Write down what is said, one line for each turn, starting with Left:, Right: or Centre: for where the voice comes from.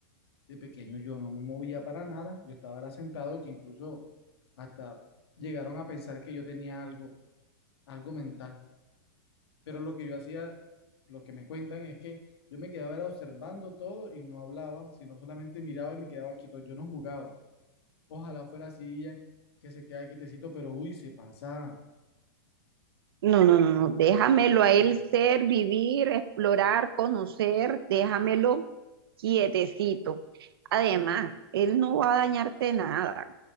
Left: De pequeño yo no me movía para nada. Yo estaba era sentado que incluso hasta llegaron a pensar que yo tenía algo, algo mental. Pero lo que yo hacía, lo que me cuentan es que yo me quedaba era observando todo y no hablaba, sino solamente miraba y me quedaba quieto. Yo no jugaba. Ojalá fuera así ya que se quede quietecito, pero uy, se pasa.
Right: No, no, no, no, déjamelo a él ser, vivir, explorar, conocer, déjamelo quietecito. Además, él no va a dañarte nada.